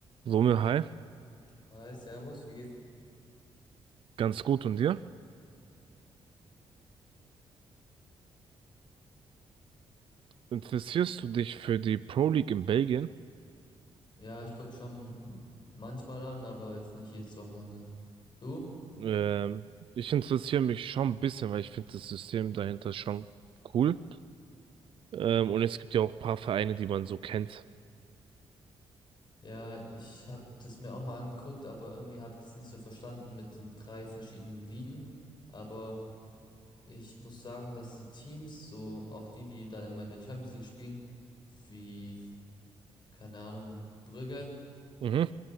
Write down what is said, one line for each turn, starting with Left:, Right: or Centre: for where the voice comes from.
Right: Romeo, hi,
Left: Hi, Servus, wie geht's?
Right: ganz gut und dir? Interessierst du dich für die Pro League in Belgien?
Left: Ja, ich guck schon manchmal an, aber jetzt nicht jedes Wochenende. Du?
Right: Ähm, ich interessiere mich schon ein bisschen, weil ich finde das System dahinter schon cool. Ähm, und es gibt ja auch ein paar Vereine, die man so kennt.
Left: Ja, ich hab das mir auch mal angeguckt, aber irgendwie hab ich das nicht so verstanden mit den drei verschiedenen Ligen. Aber ich muss sagen, dass die Teams, so auch die, die dann immer in der Champions League spielen, wie, keine Ahnung, Brügge,
Right: Mhm,